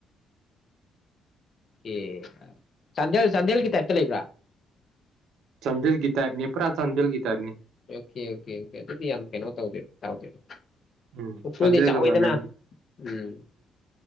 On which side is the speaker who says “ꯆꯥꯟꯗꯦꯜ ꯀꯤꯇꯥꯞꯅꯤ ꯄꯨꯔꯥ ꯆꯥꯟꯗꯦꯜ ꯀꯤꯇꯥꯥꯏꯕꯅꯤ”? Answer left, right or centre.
Right